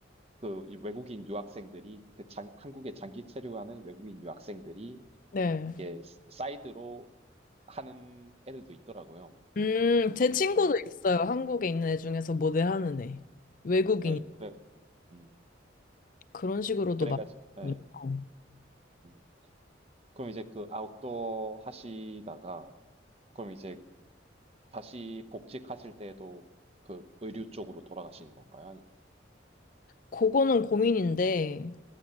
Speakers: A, on the right (about 30°); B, on the left (about 45°).
A: 그 외국인 유학생들이 그 장- 한국에 장기 체류하는 외국인 유학생들이
B: 네.
A: 이게 스- 사이드로 하는 애들도 있더라고요.
B: 음, 제 친구도
A: 음,
B: 있어요. 한국에 있는 애 중에서 모델 하는 애. 외국인이.
A: 네, 그래, 음,
B: 그런 식으로도
A: 그래가지고,
B: 많군요.
A: 네, 음. 그럼 이제 그 아웃도어 하시다가 그럼 이제 다시 복직하실 때도 그 의류 쪽으로 돌아가시는 건가요? 아니면
B: 그거는 고민인데,